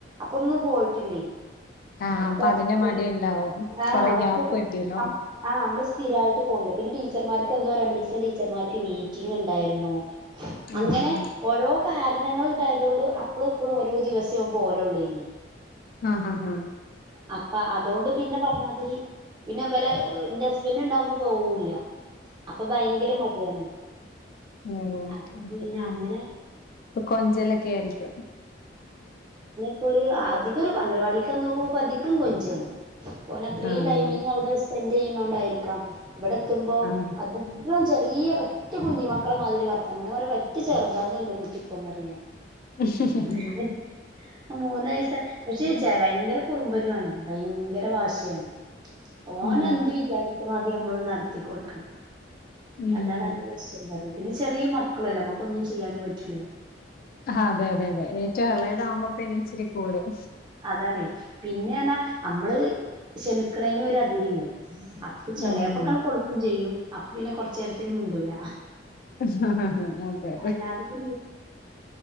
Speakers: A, on the right (about 25°); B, on the left (about 50°).
A: അപ്പൊന്നും പോയിട്ടില്ലേയ്നി
B: ആഹ്
A: ഒക്കെ
B: അപ്പൊ അതിന്റെ മടി
A: ഒരു
B: ഇണ്ടാവും
A: ആഹ്
B: കൊറെ ഗ്യാപ്പ്
A: ഒക്കൊരു
B: കിട്ടിയല്ലോ
A: അം ആഹ് അമ്മള് സ്ഥിരയിട്ട് പോണല്ലോ പിന്നെ ടീച്ചർമാർക്ക് എന്തോ രണ്ടീസം ടീച്ചർമാർക്ക് മീറ്റിംങ് ഇണ്ട ന്നു അങ്ങനെ
B: ആഹ്
A: ഓരോ കാരണങ്ങള് ഇണ്ടായതോണ്ട് അപ്പളും ഇപ്പളും ഓരോ ദിവസേ ഓൻ പോവലൊള്ളോയിനി.
B: ആഹ് ആഹ് ആഹ്
A: അപ്പ അതോണ്ട് പിന്നെ പർഞ്ഞാതിരി പിന്നെ ഇവലെ എഹ് ഇന്റെ ഹസ്ബൻഡ് ഇണ്ടാവുമ്പൊ പോവൂല്ല അപ്പ ഭയങ്കര മടിയാണ്.
B: നോലോളിക്കും
A: അപ്പൊ
B: ഇര്ന്ന്ട്ട്
A: പിന്നെ
B: ആഹ്
A: അങ്ങനെ
B: ഒര് കൊഞ്ചലൊക്കെ ആയിരിക്കും
A: ഇപ്പൊ ഒരു അധികം ഒരു അംഗലവാടിക്ക് ചെന്നോക്കുമ്പൊ പ്പൊ അധികം കൊഞ്ചാണ് പ്പൊ ഓന് അത്രീം
B: ആഹ്
A: ടൈമിങ് അവിടെ സ്പെന്റെയ്യ്ണോണ്ടായിരിക്കാം ഇവടെ എത്തുമ്പോ
B: ആഹ്
A: അത് കം ചെറിയ പറ്റെ കുഞ്ഞി മക്കളെ മാതിരി വർത്തനം ഞാൻ പറയും പറ്റെ ചെറ്താകാ ന്റെ കൂട്ടിപ്പം ന്ന് പറയും ഞാന്.
B: ആഹ്
A: അഹ് മൂന്ന് വയസ് പക്ഷേ
B: അപ്പം
A: ച്ചെ എ ഭയങ്കര കുറുമ്പനു ആണ് ഭയങ്കര വാശിയാണ് ഓനെന്ത്
B: ഉം
A: വിചാരി അദ്യം അമ്മള് നടത്തി കൊട്ക്കണം.
B: ഉം
A: അതാണ് അയിൻ്റെ <unintelligible> പിന്നെ ചെറിയ മക്കളു അല്ലെ. അമ്മക്കൊന്നും ചെയ്യാനും പറ്റൂല.
B: ആഹ് അതെ അതെ അതെ. ഏറ്റവും എളേതാവുമ്പം പ്പൊ ഇനി ഇച്ചിരി കൂടും.
A: അതാണെ. പിന്നെ ന്നെർഞ്ഞാ അമ്മള് ക്ഷമിക്കണേന ും ഒര് അതിരില്ലെ. അപ്പം ചെലേപ്പൊക്കണ്ട്
B: ഉം
A: കൊടുക്കും ചെയ്യും. അപ്പൊ പിന്നെ കൊർച്ചേ ര്ത്തിന് മിണ്ടൂല.
B: അതെ.
A: അല്ലാതപ്പ